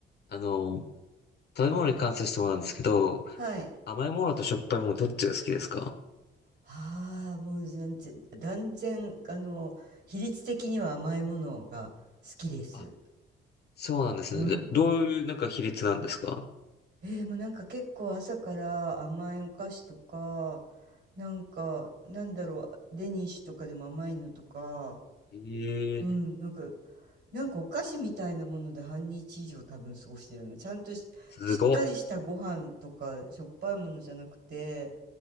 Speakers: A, on the left; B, on the right.
A: あの、食べ物に関する質問なんですけど、
B: はい。
A: 甘いものとしょっぱいものどっちが好きですか
B: ああ、もう全然、断然、あの、比率的には甘いものが好きです。
A: あ、そうなんですね。
B: うん。
A: でどういうなんか比率なんですか
B: えー、もうなんか結構朝から甘いお菓子とか、なんか、なんだろう、デニッシュとかでも甘いのとか、
A: ええ
B: うん、なんか、なんかお菓子みたいなもので半日以上多分過ごしてるの。ちゃんとし、
A: すごっ。
B: しっかりしたご飯とかしょっぱいものじゃなくて、